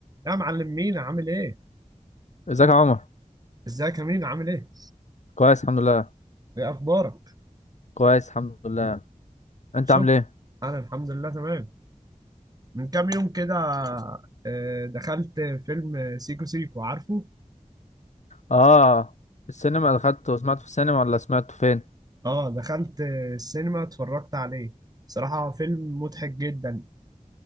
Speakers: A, on the right; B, on the left.
A: يا معلم مين عامل ايه؟
B: ازيك يا عمر
A: ازيك يا مين عامل ايه؟
B: كويس الحمد لله
A: ايه اخبارك؟
B: كويس الحمد لله انت
A: شفت
B: عامل ايه
A: انا الحمد لله تمام من كام يوم كده آه، دخلت فيلم سيكو سيكو عارفه؟
B: اه السينما دخلت وسمعته في السينما ولا سمعته فين
A: اه دخلت السينما اتفرجت عليه صراحة فيلم مضحك جدا